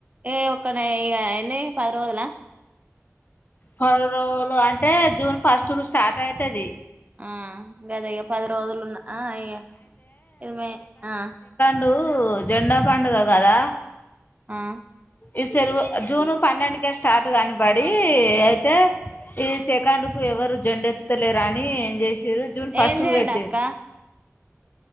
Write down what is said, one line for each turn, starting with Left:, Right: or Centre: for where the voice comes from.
Right: ఏ ఒక్కన ఎన్ని పది రోజలా
Left: పల రోజలు అంటే జూన్ ఫస్ట్ కు స్టార్ట్ అవుతది
Right: ఆ గది ఇ పది రోజులున్నా ఇయ ఇదిమే ఆ
Left: పండు జెండా పండుగ కదా
Right: ఆ
Left: ఈ సరువు జూన్ పన్నెంకే స్టార్ట్ కనబడి అయితే ఈ సకాండ్ కు ఎవరు జెండెత్తుతలేరాని ఏం చేసి చిరు జూన్ ఫస్ట్
Right: ఏం జెండా
Left: కు పెట్టరు
Right: అక్క